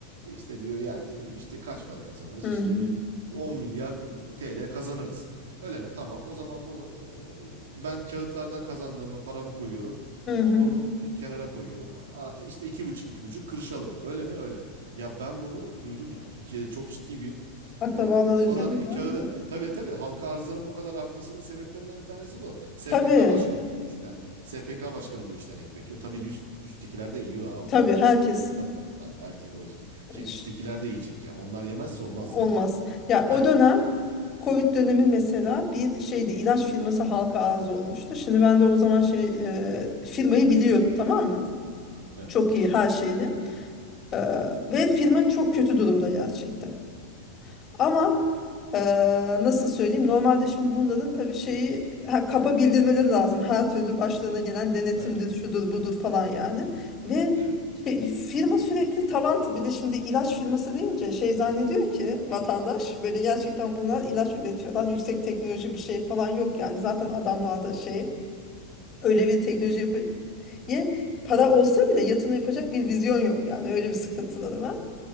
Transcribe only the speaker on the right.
E İşte diyor yani işte kaç para kazanırız?
İşte
bir 10 milyar e, TL kazanırız. Öyle mi? Tamam. O zaman bunu e, ben kağıtlardan kazandığımı paramı koyuyorum.
O-
Onu kenara koyuyorum. Aa, İşte iki buçuk iki buçuk kırışalım. Öyle mi? Öyle. Ya ben bunu duydum yani. Türkiye'de çok ciddi bir
e, sonra
kağıdı
tabii tabii halka arzların bu kadar artmasının sebeplerinden bir tanesi bu. SPK
başkanı bu işten. SPK başkanı bu işten ekmek yiyor. Tabii üst, üsttekiler de yiyor ha. Onları
kes.
Onlar, ha, erke, oradaki- şey,
üsttekiler de yiyecek ya. Onlar yemezse olmaz
zaten.
Ha,
evet.
Hmm.
Evet.
Evet.